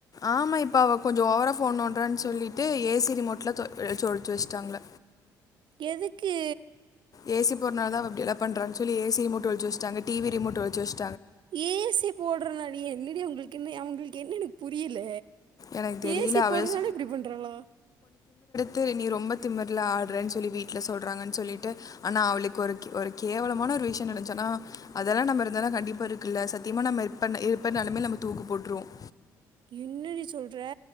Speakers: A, on the left; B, on the right.
A: ஆமா இப்ப அவ கொஞ்சம் ஓவரா போன் நொன்றட் சொல்லிட்டு ஏ சி ரிமோட்டல்லா தொ வெச்சு ஓளிச்சு வெச்சுட்டாங்க
B: எதுக்கு
A: ஏ சி போடனாலதா அவ இப்படி எல்லா பண்றணு சொல்லி ஏ சி ரிமோட் ஒளிச்சுவெச்சுட்டங்க டி வி ரிமோட் ஒளிச்சுவெச்
B: ஏ சி போடுறனால என்னடி உங்களுக் க்கு அவங்களுக்கு என்னனு புரியல
A: எனக்கு தெரியல
B: ஏ சி
A: அவ
B: போடறனால எப்படி பண்றங்களா
A: தெ நீ ரொம்ப திமர்ல ஆடுறேன்னு சொல்லி வீட்டுல சொல்றாங்கன்னு சொல்லிட்டு ஆனா அவளுக்கு ஒரு ஒரு கேவலமான ஒரு விஷயம் நடெஞச்சு ஆனா அதெல்லாம் நம்ம இருந்தாலும் கண்டிப்ப இருக்குல்ல சத்தியமா நம்ம இப்ப இருப்பனாலுமே நம்ம தூக்கு போட்டுருவோம்
B: இன்னடி சொல்ற